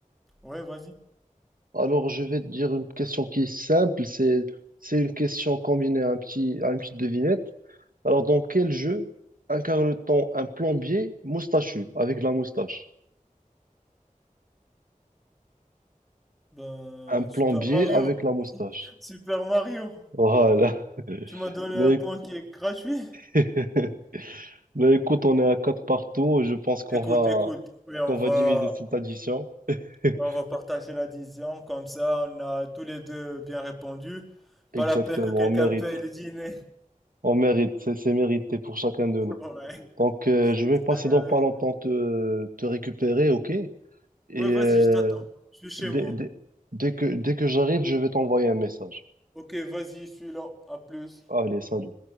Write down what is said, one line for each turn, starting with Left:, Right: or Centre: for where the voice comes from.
Centre: Ouais, vas-y.
Right: Alors, je vais te dire une question qui est simple. C'est, c'est une question combinée à un petit, à une petite devinette. Alors, dans quel jeu incarne-t-on un plombier moustachu avec la moustache?
Centre: Ben,
Right: Un plombier
Centre: Super Mario.
Right: avec la moustache.
Centre: Super Mario.
Right: Voilà. <laughs>
Centre: Tu m'as donné
Right: Mais,
Centre: un point qui est gratuit.
Right: <laughs> mais écoute, on est à quatre partout. Je pense qu'on
Centre: Écoute,
Right: va,
Centre: écoute. Oui, on
Right: qu'on
Centre: va,
Right: va diviser cette addition. <laughs>
Centre: on va partager l'addition. Comme ça, on a tous les deux bien répondu.
Right: Exactement,
Centre: Pas la peine que quelqu'un
Right: on mérite.
Centre: paye le dîner.
Right: On mérite, c'est c'est mérité pour chacun de nous.
Centre: Ouais,
Right: Donc, euh, je vais passer
Centre: très bien.
Right: dans
Centre: Loïc.
Right: pas longtemps te, te récupérer, ok? Et
Centre: Oui, vas-y,
Right: euh,
Centre: je t'attends. Je suis chez
Right: dès,
Centre: moi.
Right: dès, dès que, dès que j'arrive, je vais t'envoyer un message.
Centre: Ok, vas-y, je suis là. À plus.
Right: Allez, salut.